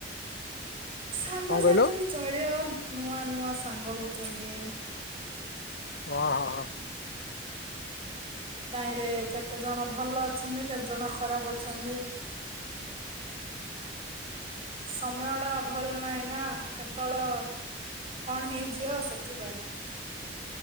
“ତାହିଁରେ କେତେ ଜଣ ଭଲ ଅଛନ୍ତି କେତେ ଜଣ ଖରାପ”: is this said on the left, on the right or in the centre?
Right